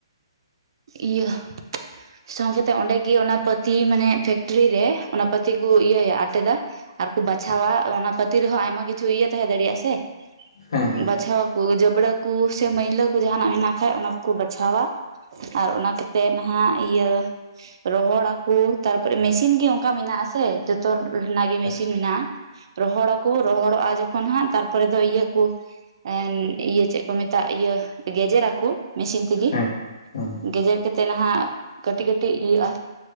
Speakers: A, on the right; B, on the left.
A: ᱤᱭᱟᱹ ᱥᱚᱝ ᱠᱟᱛᱮᱜ ᱚᱸᱰᱮ ᱜᱤ ᱚᱱᱟ ᱯᱟᱹᱛᱤ ᱢᱟᱱᱮ ᱯᱷᱮᱠᱴᱨᱤ ᱨᱮ ᱚᱱᱟ ᱯᱟᱹᱛᱤ ᱠᱩ ᱤᱭᱟᱹᱭᱟ ᱟᱴᱮᱫᱟ ᱾ ᱟᱨ ᱠᱚ ᱵᱟᱪᱷᱟᱣᱟ ᱚᱱᱟ ᱯᱟᱹᱛᱤ ᱨᱮᱦᱚᱸ ᱟᱭᱢᱟ ᱠᱤᱪᱷᱩ ᱤᱭᱟᱹ ᱛᱟᱦᱮᱸ ᱫᱟᱲᱮᱭᱟᱜᱼᱟ ᱥᱮ ᱾
B: ᱦᱮᱸ ᱦᱮᱸ
A: ᱵᱟᱪᱷᱟᱣ ᱟᱠᱚ ᱡᱟᱹᱵᱽᱨᱟᱹ ᱠᱚ ᱥᱮ ᱢᱟᱹᱭᱞᱟᱹ ᱠᱚ ᱡᱟᱦᱟᱱᱟᱜ ᱢᱮᱱᱟᱜ ᱠᱷᱟᱡ ᱚᱱᱟ ᱠᱚᱠᱚ ᱵᱟᱪᱷᱟᱣᱟ᱾ ᱟᱨ ᱚᱱᱟ ᱠᱟᱛᱮᱫ ᱱᱟᱦᱟᱸᱜ ᱤᱭᱟᱹ ᱨᱚᱦᱚᱲ ᱟᱠᱠᱩ ᱛᱟᱨᱯᱚᱨᱮ ᱢᱮᱥᱤᱱ ᱜᱤ ᱚᱱᱠᱟ ᱢᱮᱱᱟᱜ ᱟᱥᱮ᱾ ᱡᱚᱛᱚ ᱨᱮᱱᱟᱜ ᱜᱮ ᱢᱮᱥᱤᱱ
B: ᱟᱪᱪᱷᱟ
A: ᱢᱮᱱᱟᱜᱼᱟ ᱨᱚᱦᱚᱲ ᱟᱠᱩ ᱨᱚᱦᱚᱲᱚᱜᱼᱟ ᱡᱚᱠᱷᱚᱱ ᱦᱟᱸᱜ ᱛᱟᱨᱯᱚᱨᱮ ᱫᱚ ᱤᱭᱟᱹ ᱠᱩ ᱮ ᱤᱭᱟᱹ ᱪᱮᱫ ᱠᱚ ᱢᱮᱛᱟᱜᱼᱟ ᱤᱭᱟᱹ ᱜᱮᱡᱮᱨᱟᱠᱩ ᱢᱮᱥᱤᱱ ᱛᱮᱜᱮ
B: <inaudible>
A: ᱾ ᱜᱮᱡᱮᱨ ᱠᱟᱛᱮᱜ ᱱᱟᱦᱟᱸᱜ ᱠᱟᱹᱴᱤᱡ ᱠᱟᱹᱴᱤᱡ ᱤᱭᱟᱹᱜᱼᱟ